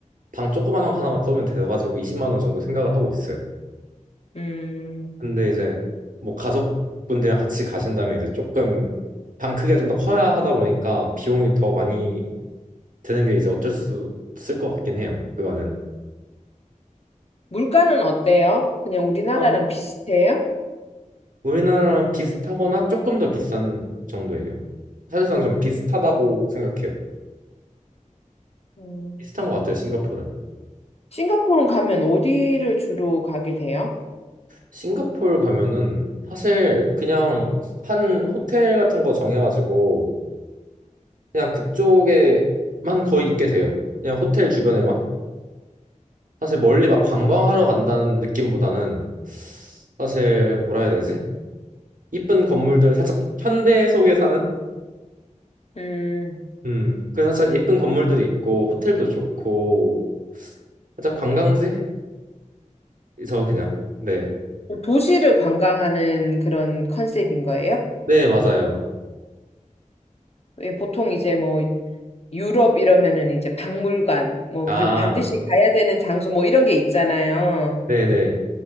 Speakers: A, on the right; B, on the left.
A: 방 조그만 거
B: 음,
A: 하나만 써면 돼가지고 20만 원 정도 생각을 하고 있어요.
B: 음,
A: 근데 이제 뭐 가족분들이랑 같이 가신다면 이제 조금 방 크기가 좀 더 커야 하다 보니까 비용이 더 많이 드는 게 이제 어쩔 수 없을 것 같긴 해요. 그거는.
B: 물가는 어때요? 그냥 우리나라랑
A: 그러니까
B: 비슷해요?
A: 우리나라랑 비슷하거나 조금 더 비싼 정도예요. 사실상 좀 비슷하다고 생각해요.
B: 음.
A: 비슷한 것 같아요, 싱가포르는.
B: 싱가포르 가면 어디를 주로 가게 돼요?
A: 싱가포르 가면은 사실 그냥 한 호텔 같은 거 정해가지고 그냥 그쪽에만 거의 있게 돼요. 그냥 호텔 주변에만. 사실 멀리 막 관광하러 간다는 느낌보다는 사실 뭐라 해야 되지? 이쁜 건물들 살짝 현대 속에 사는?
B: 음,
A: 음, 그 살짝 예쁜 건물들이 있고 호텔도 좋고 살짝 관광지? 저 그냥 네.
B: 도시를 관광하는 그런 컨셉인 거예요?
A: 네, 맞아요.
B: 왜 보통 이제 뭐 유럽 이러면은 이제 박물관, 뭐
A: 아,
B: 그리고 반드시 가야 되는 장소 뭐 이런 게 있잖아요.
A: 네네.